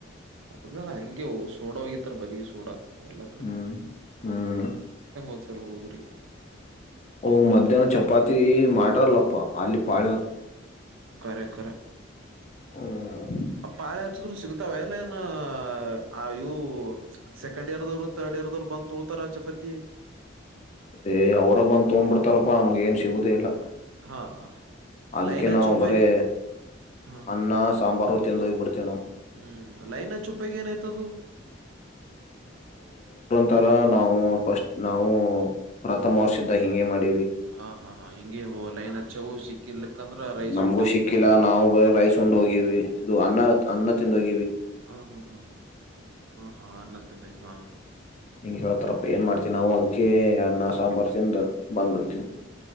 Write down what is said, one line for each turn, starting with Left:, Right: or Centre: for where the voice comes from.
Right: ಹೋಗಲ್ಲ ಹಗೆ ಸೋಡ ಹೋಗಿತಾರ ಬರಿೀ ಸೋಡಾ ಎಲ್ಲ
Left: ಹ್ಮ್ ಹ್ಮ್
Right: ಓದ್ತಾರ ಹುಡುಗರಿಗೆ
Left: ಓ ಮಧ್ಯಾಹ್ನ ಚಪಾತಿ ಮಾಡಟ ಪ್ಪ ಅಲ್ಲಿ ಪಾಳ
Right: ಕಖರ ಕರ
Left: ಹ್ಮ
Right: ಆ ಪಾಳ ಹಚ್ಚಿದ್ರು ಸಿಗ್ತಾವ ಎಲ್ಲ ಏನು ಅ ಇವು ಸೆಕಂಡ್ ಇಯರ್ದವರು ತಡ್ ಇಯರ್ದವ್ ಬಂತ ಉರಾಷ್ಟ್ರಪತಿ
Left: ಏ್ ಅವ್ರ ಬಂದ ತೊಂಬ್ಬಿಡ್ತಾರಪ್ಪ ನಮ್ಗ ಏನ್ ಸಿಗುದೇ ಇಲ್ಲ
Right: ಹಾ
Left: ಅದಕ್ಕೆ
Right: ಲೈನ್ ಹಚ್ಚಿ
Left: ನಾವು
Right: ಉಪಯೋಗ
Left: ಬರೇ
Right: ಹಾ
Left: ಅನ್ನ ಸಾಂಬಾರು ಹೋಗಿಡ್ತೇೋ
Right: ಹ್ಮ್ ಲೈನ್ ಚುಪ್ಪಗ ಏನಾಯಯ್ತದು
Left: ತರ ನಾವು ಫಸ್ಟ್ ನಾವು ಪ್ರಥಮ ವರ್ಷದ ಹಿಂಗೆ ಮಾಡ
Right: ಹ ಹಾ ಹಾ ಹಿಂಗೆ ಹೋ ಲೈನ್ ಹಚ್ಚವು ಸಿಕ್ಕಿರ್ಲಿಕ್ಕಂದ್ರ ರೈಸ್
Left: ನಮಗೂ
Right: ಉಂಡೆವು
Left: ಸಿಕ್ಕಿಲ್ಲ
Right: ಹ
Left: ನಾವು ರೈಸ ಉಂಡ್ ಹೋಗಿವವಿ ಇದು ಅನ್ನ ಅನ್ನ್ಣ ತಿಿಂದಿ
Right: ಹಾ ಹಾ ಹಾ ಹಾ ಹ ಹಾನ್ನತ್ತಿಂದ ಹಾ <inaudible>
Left: ಹಂಗ ಹವತರಪ್ಪ ಏನ್ ಮಾಡ್ತೀವಿ ನಾವು ಅದ ಅದಕೆ ಅನ್ನ ಸಾಂಬಾರ್ ತಿಿಂದ ಬಂದ್ಬಿಡ್ತಿ